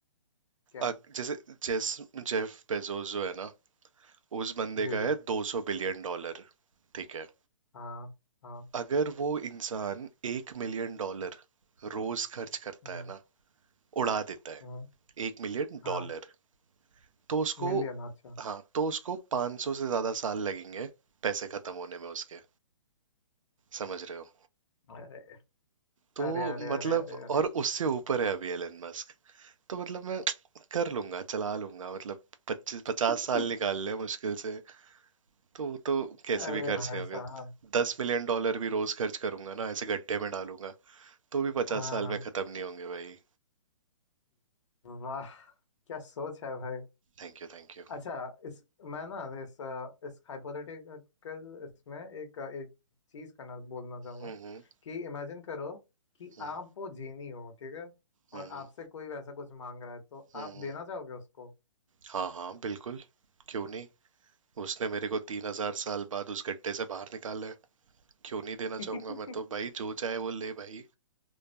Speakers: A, on the left (about 65°); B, on the right (about 85°).
A: क्या
B: अग- जैसे जेस जेफ बेजोस जो है ना उस बंदे
A: जी
B: का
A: जी
B: है 200 बिलियन डॉलर ठीक है
A: हाँ हाँ
B: अगर वो इंसान एक मिलियन डॉलर रोज खर्च करता
A: हम्म,
B: है ना उड़ा देता है
A: हम्म,
B: एक मिलियन
A: हाँ
B: डॉलर तो उसको
A: मिलियन अच्छा
B: हाँ तो उसको 500 से ज़्यादा साल लगेंगे पैसे ख़त्म होने में उसके समझ रहे हो
A: अरे
B: तो
A: अरे अरे
B: मतलब
A: अरे अरे अरे
B: और उससे ऊपर है अभी एलन मस्क तो मतलब मैं कर लूंगा चला लूंगा मतलब पच्चीस पचास
A: <laughs>
B: साल निकाल ले मुश्किल से तो वो तो कैसे
A: अरे
B: भी खर्च
A: भाई
B: नहीं होंगे
A: साहब
B: दस मिलियन डॉलर भी रोज खर्च करूंगा ना ऐसे गड्ढे में डालूंगा तो भी पचास
A: हाँ
B: साल
A: हाँ
B: में खत्म नहीं होंगे भाई
A: वाह क्या सोच है भाई
B: Thank you thank you
A: अच्छा इस मैं ना इस अ, इस हाइपोथेटिकल इसमें एक एक चीज करना बोलना चाहूंगा
B: हम्म हम्म
A: कि इमेजिन करो कि
B: हम्म
A: आप वो जीनी हो ठीक है
B: हम्म
A: और आपसे कोई वैसा कुछ मांग रहा है तो
B: हम्म,
A: आप
B: हम्म।
A: देना चाहोगे उसको
B: हाँ हाँ बिल्कुल क्यों नहीं उसने मेरे को तीन हजार साल बाद उस गड्ढे से बाहर निकाला है क्यों नहीं देना
A: <laughs>
B: चाहूंगा मैं तो भाई जो चाहे वो ले भाई